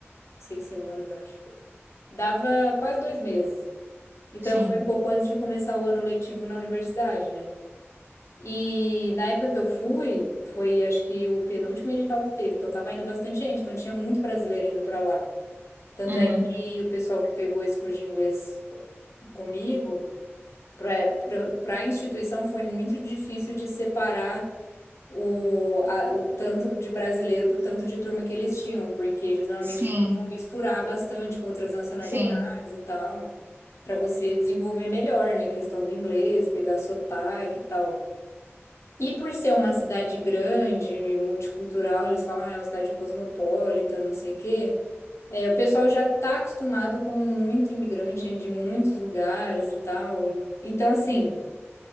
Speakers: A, on the left; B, on the right.
A: seis semanas, acho. Dava quase dois meses. Então,
B: Sim.
A: eu fui um pouco antes de começar o ano letivo na universidade, né? E na época que eu fui, foi acho que o penúltimo edital que teve, então tava indo bastante gente, então tinha muito brasileiro indo para lá. Tanto
B: Uhum.
A: é que o pessoal que pegou esse curso de inglês comigo, para a instituição foi muito difícil de separar o, a- o tanto de brasileiro por tanto de turma que eles tinham, porque eles normalmente
B: Sim.
A: tentam misturar bastante com outras nacionalidades
B: Sim.
A: e tal, para você desenvolver melhor, né, a questão do inglês, pegar sotaque e tal. E por ser uma cidade grande, multicultural, eles falam, ah, é uma cidade cosmopolita, não sei o quê. É, o pessoal já está acostumado com muito imigrante, gente de muitos lugares e tal. Então, assim,